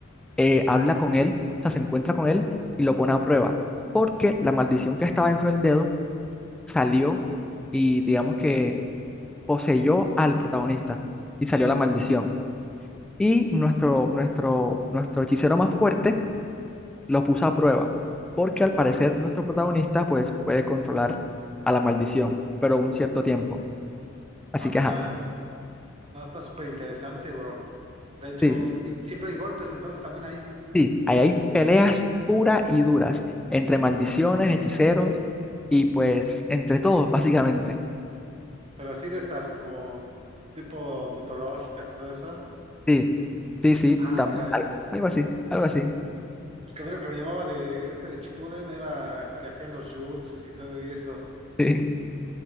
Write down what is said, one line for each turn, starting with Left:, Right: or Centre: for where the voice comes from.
Centre: eh, habla con él, o sea, se encuentra con él y lo pone a prueba, porque la maldición que estaba dentro del dedo salió y digamos que poseyó al protagonista y salió la maldición. Y nuestro, nuestro, nuestro hechicero más fuerte lo puso a prueba, porque al parecer nuestro protagonista pues puede controlar a la maldición, pero un cierto tiempo. Así
Right: Ah, mira,
Centre: que, ajá.
Right: No, está súper interesante, bro. De hecho,
Centre: Sí,
Right: y siempre hay golpes entonces también ahí.
Centre: Sí, ahí hay peleas puras y duras entre maldiciones, hechiceros y pues entre todos, básicamente.
Right: Pero así de estas como tipo mitológicas y todo eso.
Centre: Sí, sí, sí,
Right: Ah,
Centre: tam-
Right: mira.
Centre: al- algo así, algo así.
Right: Porque a mí lo que me llamaba de este Chipuden era que hacían los jutsus y todo eso.
Centre: <laughs>